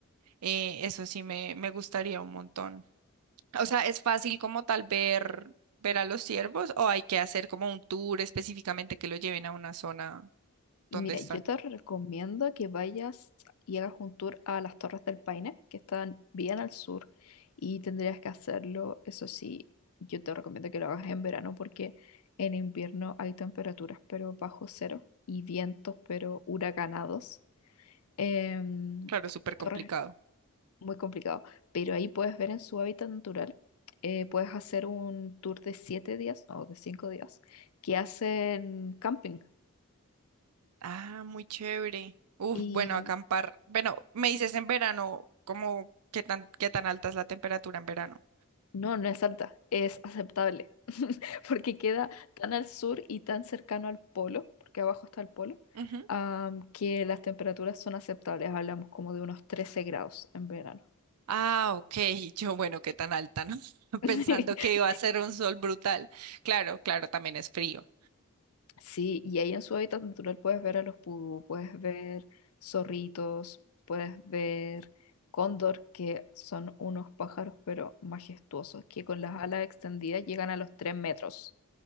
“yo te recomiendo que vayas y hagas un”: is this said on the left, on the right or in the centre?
Left